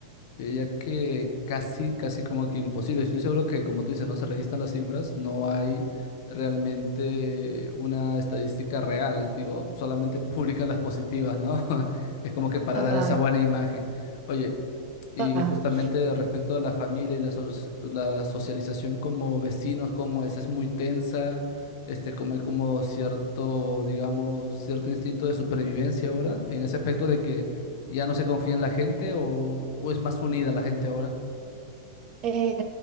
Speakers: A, on the left; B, on the right.
A: Yo diría que casi, casi como que imposible. Estoy seguro que, como tú dices, no se registran las cifras, no hay realmente una estadística real. Digo, solamente <laughs> publican las positivas, ¿no? <laughs> Es como que para
B: Total,
A: dar esa buena imagen. Oye, y
B: total.
A: justamente respecto a la familia y la, soci- la socialización como vecinos, como es, es muy tensa. Este, como hay como cierto, digamos, cierto instinto de supervivencia ahora, en ese aspecto de que ¿Ya no se confía en la gente o, o es más unida la gente ahora?
B: Eh,